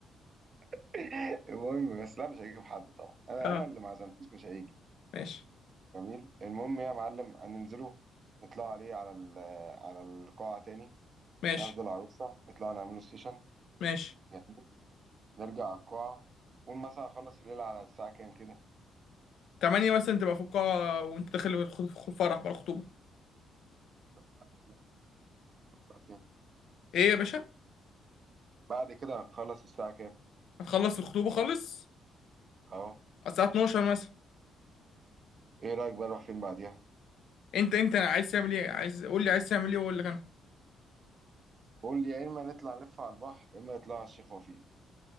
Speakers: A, on the right; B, on the left.
A: <laughs> المهم بس لا مش هيجيب حد طبعا انا
B: اه
A: انا اللي ما عزمتوش مش هيجي
B: ماشي
A: جميل المهم يا معلم هننزله نطلع عليه على ال... على القاعه تاني
B: ماشي
A: ناخد العروسة نطلع نعمله سيشن
B: ماشي
A: جميل نرجع على القاعة قول مثلا أخلص الليلة على الساعة كام كده
B: تمانية مثلا تبقى في القاعة وانت داخل الخ- في الفرح بقى الخطوبة
A: بعد كده الساعة كام
B: ايه يا باشا
A: بعد كده هنخلص الساعة كام
B: هتخلص الخطوبة خالص
A: أهو
B: على الساعة 12 مثلا
A: إيه رأيك بقى نروح فين بعديها
B: انت انت عايز تعمل ايه عايز قول لي عايز تعمل ايه واقول لك انا
A: قول لي يا إما نطلع نلف على البحر يا إما نطلع على الشيخ وفيق